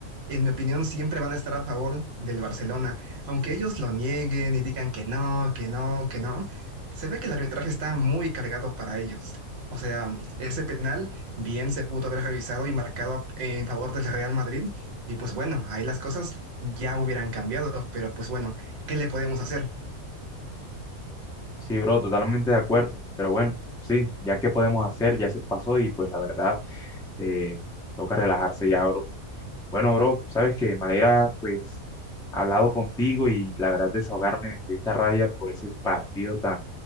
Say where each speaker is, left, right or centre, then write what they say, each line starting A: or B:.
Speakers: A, on the right (about 50°); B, in the centre.
A: en mi opinión, siempre van a estar a favor del Barcelona. Aunque ellos lo nieguen y digan que no, que no, que no, se ve que el arbitraje está muy cargado para ellos. O sea, ese penal bien se pudo haber revisado y marcado a- en favor del Real Madrid. Y pues bueno, ahí las cosas ya hubieran cambiado, pero pues bueno, ¿qué le podemos hacer?
B: Sí, bro, totalmente de acuerdo, pero bueno, sí, ya qué podemos hacer, ya se pasó, y pues la verdad, eh, toca relajarse ya, bro. Bueno, bro, sabes que me alegra pues hablado contigo y la verdad desahogarme de esta rabia por ese partido tan